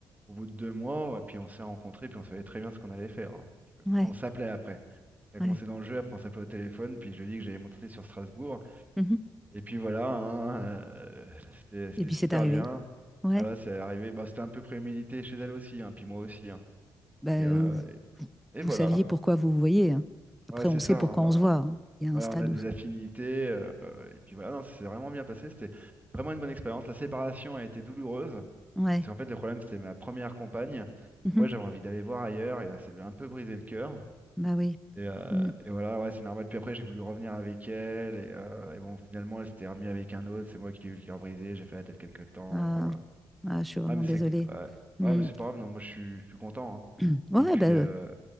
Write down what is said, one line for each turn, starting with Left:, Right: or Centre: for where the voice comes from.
Right: au bout de deux mois, et puis on s'est rencontrés. Puis on savait très bien ce qu'on allait faire. hein, si tu veux.
Centre: Ouais,
Right: On s'appelait après. Ça a commencé
Centre: ouais.
Right: dans le jeu, après on s'appelait au téléphone, puis je lui ai dit que j'allais monter sur Strasbourg.
Centre: Mhm.
Right: Et puis voilà, hein, euh, c'était c'était
Centre: Et puis
Right: super
Centre: c'est arrivé.
Right: bien.
Centre: Ouais.
Right: Voilà, c'est arrivé. Bah, c'était un peu prémédité chez elle aussi, hein, puis moi aussi. hein.
Centre: Ben,
Right: Et, euh,
Centre: euh, vous,
Right: et- et
Centre: vous
Right: voilà,
Centre: saviez pourquoi vous vous voyez. hein.
Right: voilà,
Centre: Après,
Right: c'est
Centre: on
Right: ça.
Centre: sait pourquoi
Right: hein, bah,
Centre: on se voit. hein. Il y a
Right: voilà,
Centre: un stade
Right: on a des
Centre: où.
Right: affinités. euh, et puis voilà, non, c'est vraiment bien passé. C'était vraiment une bonne expérience. La séparation a été douloureuse,
Centre: Ouais.
Right: parce qu'en fait, le problème, c'était ma première compagne.
Centre: Mhm.
Right: Et moi, j'avais envie d'aller voir ailleurs, et ça lui a un peu brisé le cœur.
Centre: Bah oui.
Right: Et, euh,
Centre: Mm.
Right: et voilà, ouais, c'est normal. Puis après, j'ai voulu revenir avec elle. Et, euh, et bon, finalement, elle s'était remise avec un autre. C'est moi qui ai eu le cœur brisé. J'ai fait la tête quelques temps.
Centre: Ah,
Right: Enfin, voilà.
Centre: ah, je suis vraiment
Right: Ouais, mais
Centre: désolée.
Right: c'est ouais.
Centre: Mm.
Right: Ouais, mais c'est pas grave. Non, moi, je suis, je suis content. hein.
Centre: <clears throat> Ouais,
Right: Et puis,
Centre: ben,
Right: euh,
Centre: euh,